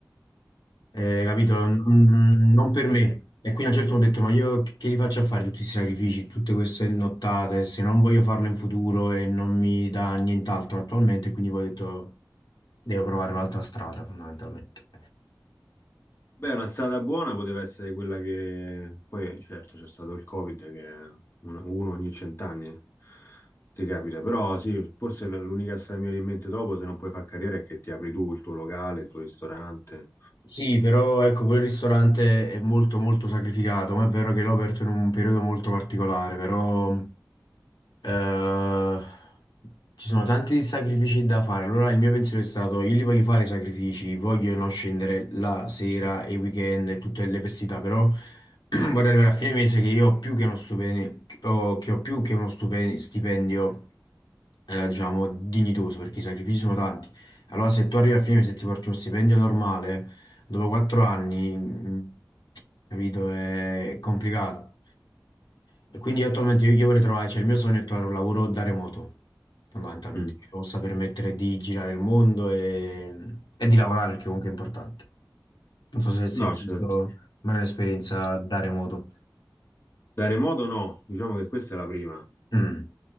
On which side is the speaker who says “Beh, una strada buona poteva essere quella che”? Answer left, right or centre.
Left